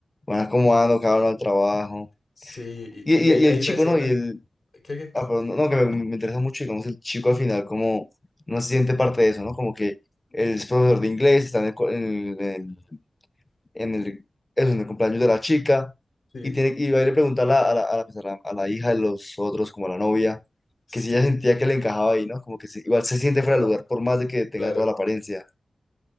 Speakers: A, on the left (about 20°); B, on the left (about 70°).
A: van acomodando cada uno al trabajo.
B: sí. Y,
A: Y, y,
B: y hay,
A: y el
B: hay
A: chico,
B: una escena.
A: ¿no? Y el,
B: ¿Qué, qué?
A: ah, perdón, no, no, que me, me interesa mucho, digamos, el chico al final como no se siente parte de eso, ¿no? Como que él es profesor de inglés, está en el, co- en el- en el en el, eso, en el cumpleaños de la chica
B: Sí,
A: y, tiene, y va a ir a preguntar a la, a la, a la, pues, a la- a la hija de los otros, como a la novia,
B: sí.
A: que si ella sentía que le encajaba ahí, ¿no? Como que si- igual se siente
B: Ajá.
A: fuera de lugar por más de que tenga
B: Claro.
A: toda la apariencia.